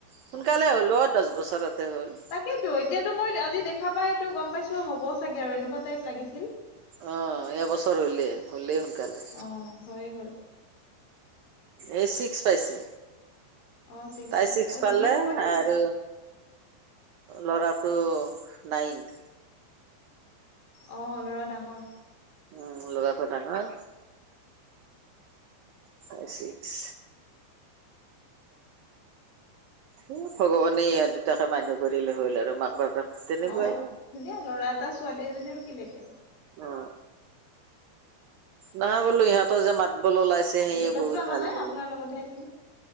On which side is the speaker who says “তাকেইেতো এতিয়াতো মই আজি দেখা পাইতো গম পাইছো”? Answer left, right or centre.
Left